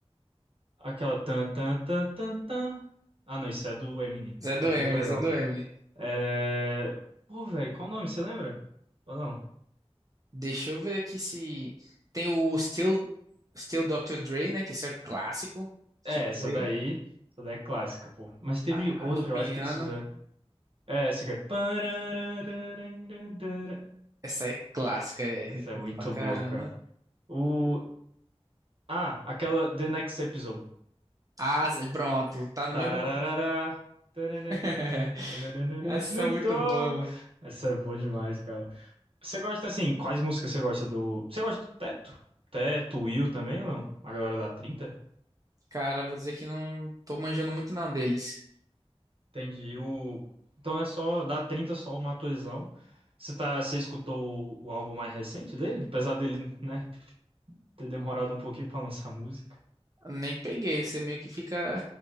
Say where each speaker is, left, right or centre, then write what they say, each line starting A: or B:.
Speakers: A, on the right; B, on the right.
A: Aquela tan tan tan tan tan. Ah, não, isso é do Eminem.
B: Zé do
A: Confundi
B: Eminem,
A: legal.
B: Zé do Eminem.
A: É. Pô, velho, qual o nome? Você lembra? Ou não?
B: Deixa eu ver aqui se. Tem o Still, Still Dr. Dre, né? Que esse é o clássico. Still
A: É, essa
B: Dre.
A: daí. Essa daí é clássica, pô. Mas teve
B: A,
A: outra,
B: a do piano.
A: eu acho que eles fizeram. É, essa aqui é. Pararararararara.
B: Essa é clássica, é.
A: Essa
B: Eu curto
A: é muito
B: pra caramba.
A: boa, cara. O... Ah, aquela The Next Episode.
B: Ah, pronto, tá
A: Darararara.
B: no mesmo.
A: Taranandantantantantantantan.
B: <laughs> Essa
A: Snoop
B: é muito
A: Dogg.
B: boa, mano.
A: Essa é boa demais, cara. Você gosta assim, quais músicas você gosta do. Você gosta do Teto? Teto, Will também ou não? A galera da trinta
B: Cara, vou dizer que não tô manjando muito não deles.
A: Entendi. O... Então é só da 30 só o Matuezão. Você tá... você escutou o... o álbum mais recente dele? Apesar dele, né, ter demorado um pouquinho pra lançar música.
B: Nem peguei, você meio que fica